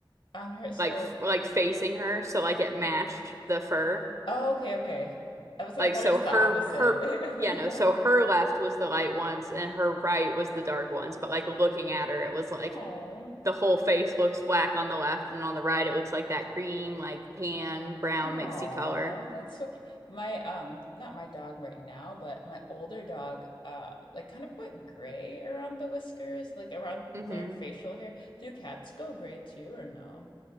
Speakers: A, on the left (about 75°); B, on the right (about 35°).
A: On her, so
B: like f- like facing her, so like it matched the fur.
A: oh, okay, okay. I was I
B: Like
A: thought
B: so
A: it was
B: her
A: the opposite.
B: her yeah, no, so her
A: <laughs>
B: left was the light ones and her right was the dark ones, but like looking at her it was like
A: Oh.
B: the whole face looks black on the left and on the right it looks like that cream like tan brown
A: Oh,
B: mixy color.
A: that's so cute. My um not my dog right now, but my older dog um like kind of went gray around the whiskers, like around
B: hmm
A: their facial hair. Do cats go gray too or no?